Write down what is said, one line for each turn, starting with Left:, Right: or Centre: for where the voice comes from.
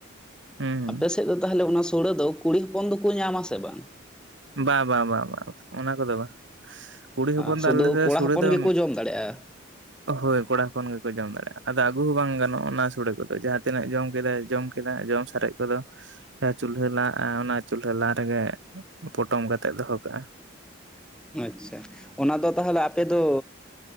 Right: ᱦᱩᱸ ᱦᱩᱸ
Centre: ᱟᱯᱮ ᱥ ᱥᱮᱫ ᱫᱚ ᱛᱟᱦᱚᱞᱮ ᱚᱱᱟ ᱥᱩᱲᱟᱹ ᱫᱚ ᱠᱩᱲᱤ ᱦᱚᱯᱚᱱ ᱫᱚᱠᱚ ᱧᱟᱢ ᱟ ᱥᱮ ᱵᱟᱝ?
Right: ᱵᱟ ᱵᱟ ᱵᱟ ᱵᱟ ᱚᱱᱟ ᱠᱚᱫᱚ ᱵᱟᱝ᱾ ᱠᱩᱲᱤ ᱦᱚᱯᱚᱱ
Centre: ᱥᱩᱫᱷᱩ
Right: ᱫᱚ ᱟᱞᱮᱥᱮ
Centre: ᱠᱚᱲᱟ
Right: ᱥᱩᱲᱟᱹ
Centre: ᱦᱚᱯᱚᱱ
Right: ᱫᱚ
Centre: ᱜᱮᱠᱚ ᱡᱚᱢ ᱫᱟᱲᱮᱭᱟᱜᱼᱟ
Right: <unintelligible> ᱦᱳᱭ ᱠᱚᱲᱟ ᱦᱚᱯᱚᱱ ᱜᱮᱠᱚ ᱡᱚᱢ ᱫᱟᱲᱮᱭᱟᱜᱼᱟ ᱟᱫᱚ ᱟᱹᱜᱩ ᱦᱚᱸ ᱵᱟᱝ ᱜᱟᱱᱚᱜᱼᱟ ᱚᱱᱟ ᱥᱩᱲᱳ ᱠᱚᱫᱚ ᱡᱟᱦᱟᱸ ᱛᱤᱱᱟᱹᱜ ᱡᱚᱢ ᱠᱮᱫᱟᱭ ᱡᱚᱢ ᱠᱮᱫᱟ ᱡᱚᱢ ᱥᱟᱨᱮᱡ ᱠᱚᱫᱚ ᱡᱟᱦᱟᱸ ᱪᱩᱞᱦᱟᱹ ᱞᱟ ᱚᱱᱟ ᱪᱩᱞᱦᱟᱹ ᱞᱟ ᱨᱮᱜᱮ ᱯᱚᱴᱚᱢ ᱠᱟᱛᱮ ᱫᱚᱦᱚ ᱠᱟᱜ-ᱟ᱾
Centre: ᱟᱪᱪᱷᱟ ᱚᱱᱟ ᱫᱚ ᱛᱟᱦᱚᱞᱮ ᱟᱯᱮ ᱫᱚ